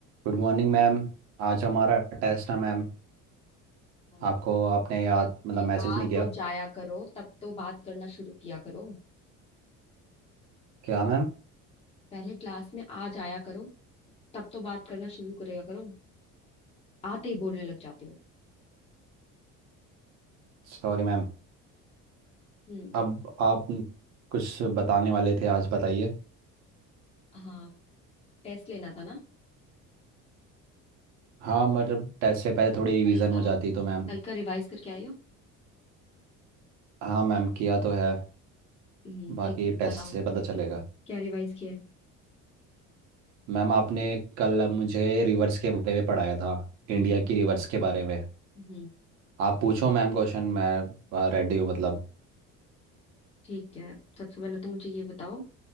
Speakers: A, on the right; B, on the left.
A: Good morning ma'am आज हमारा टेस्ट है मैम
B: मॉर्निंग
A: आपको आपने
B: क्लास
A: याद मतलब
B: में
A: मैसेज
B: आ
A: नहीं किया
B: तो जाया करो तब तो बात करना शुरू किया करो
A: क्या मैम
B: पहले क्लास में आ जाया करो तब तो बात करना शुरू करेगा करो आते ही बोलने लग जाते हो
A: Sorry ma'am
B: हम्म
A: अब आप कुछ बताने वाले थे आज बताइए
B: हाँ टेस्ट लेना था ना
A: हाँ मतलब टेस्ट से पहले थोड़ी रिवीजन
B: कल
A: हो
B: का
A: जाती तो मैम
B: कल का रिवाइज करके आई हो
A: हाँ मैम किया तो है
B: हम्म
A: बाकी
B: ठीक है
A: टेस्ट
B: बताओ
A: से पता चलेगा
B: क्या रिवाइज किया है
A: मैम आपने कल मुझे रिवर्स के बारे में पढ़ाया था इंडिया
B: हम्म
A: की रिवर्स के बारे में
B: हम्म
A: आप पूछो मैम क्वेश्चन मैं रेडी हूँ मतलब
B: ठीक है सबसे पहले तो मुझे ये बताओ